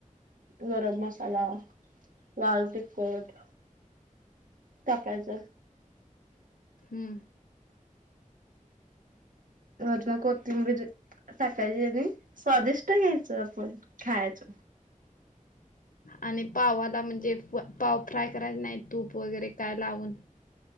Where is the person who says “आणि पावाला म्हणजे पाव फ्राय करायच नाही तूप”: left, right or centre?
Left